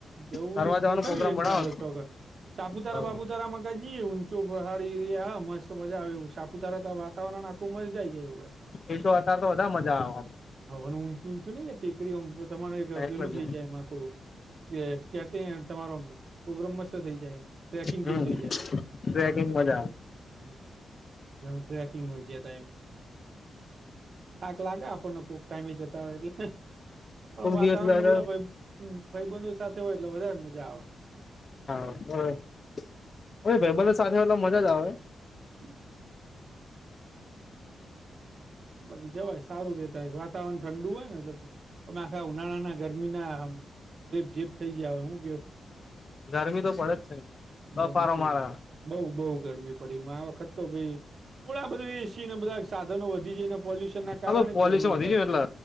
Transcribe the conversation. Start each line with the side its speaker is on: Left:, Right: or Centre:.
Right: જવું
Left: ફરવા જવાનો
Right: ગોઠવી
Left: પ્રોગ્રામ
Right: એક
Left: બનાવો
Right: દાળો ચોગે. સાપુતારા
Left: હ
Right: બાપુતારા માં તા ની હે ઊંચો પહાડી એરિયા હા મસ્ત મજા આવે સાપુતારા ત વાતાવરણ આખું મસ્ત જઈ જાય એવું હોય.
Left: એ તો અત્યારે તો બધા મજા આવે
Right: હવાનું ઊંચું ઊંચું નહી હે. તે આમ કે તમારે એક
Left: એટલે
Right: પેલું થઈ
Left: જ
Right: જાય એમ આખું. ખી એ સ્કેટંગ તમારો પ્રગ્રમ મસ્ત થઈ જાય ટ્રેકિંગ
Left: હમ
Right: જેવું થઇ જાય.
Left: ટ્રેકિંગ મજા આવ
Right: હમ્મ, જેમ ટ્રેકિંગ હોય છે એ ટાઈમ. થાક લાગે આપણને કોક ટાઈમે જતા હોય એટલે હે. પણ
Left: ખુબ
Right: વાતાવરણને
Left: દિવસ મજા
Right: બધા ભાઈબંધ સાથે હોય એટલે વધારે મજા આવે.
Left: એમ તો એ ભાઈબંધ ને સાથે એલા મજા જ આવે.
Right: હમ્મ. બધી જવાય સારું રેતા વાતાવરણ ઠંડુ હોય ને એટલેમે આખા ઉનાળાના ગરમીના. રેપ જીપ થઇ જાએ હું કેવું.
Left: ગરમી તો પડે જ છે.
Right: ગરમી
Left: બફારો
Right: ચી
Left: મારે
Right: બઉ બઉ ગરમી પડી માટે વખત તો ભાઈ પોલા આ બધું એ સી ને બધા સાધનો વધી જાય ને પોલ્યુશન ના કારણે
Left: હવે પોલ્યુશન
Right: જ ગરમી વધારે
Left: વધી ગયું
Right: પડે.
Left: એટલે